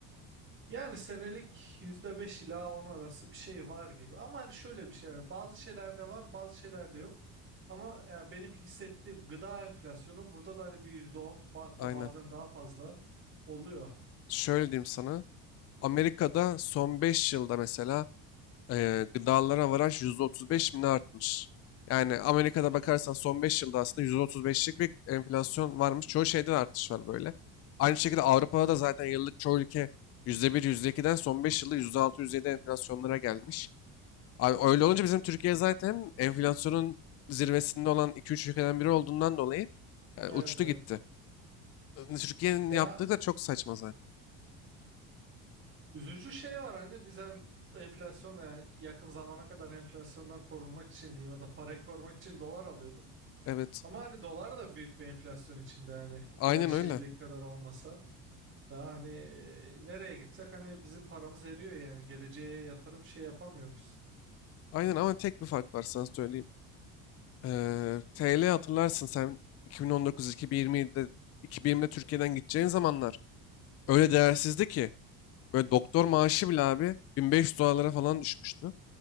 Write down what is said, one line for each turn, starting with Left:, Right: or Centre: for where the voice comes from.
Right: Yani senelik %5 ila 10 arası bir şey var gibi. Ama hani şöyle bir şey yani bazı şeylerde var bazı şeylerde yok. Ama yani benim hissettiğim gıda enflasyonu burada da hani bir yüzde on hatta
Left: Aynen.
Right: bazen daha fazla oluyor.
Left: Şöyle diyeyim sana. Amerika'da son 5 yılda mesela Eee, gıdalara varaj %35 mi ne artmış? Yani Amerika'da bakarsan son 5 yılda aslında %35'lik bir enflasyon varmış. Çoğu şeyde de artış var böyle. Aynı şekilde Avrupa'da da zaten yıllık çoğu ülke yüzde bir, yüzde iki'den son 5 yılda yüzde altı yüzde yedi enflasyonlara gelmiş. Abi
Right: Hmm.
Left: öyle olunca bizim Türkiye zaten enflasyonun zirvesinde olan iki üç ülkeden biri olduğundan dolayı e,
Right: Evet
Left: uçtu
Right: evet.
Left: gitti. Hani, Türkiye'nin
Right: Ya
Left: yaptığı da çok saçma zaten.
Right: üzücü şey var hani biz hani enflasyon yani yakın zamana kadar enflasyondan korunmak için diyeyim ya da parayı korumak için dolar alıyorduk.
Left: Evet.
Right: Ama hani dolar da büyük bir enflasyon içinde hani
Left: Aynen
Right: e, şeydeki
Left: öyle.
Right: kadar olmasa daha hani e, nereye gitsek hani bizim paramız eriyor yani geleceğe yatırım şey yapamıyoruz.
Left: Aynen ama tek bir fark var sana söyleyeyim. Ee, TL hatırlarsın sen 2019-2020'de 2020'de Türkiye'den gideceğin zamanlar öyle değersizdi ki böyle doktor maaşı bile abi 1500 dolarlara falan düşmüştü.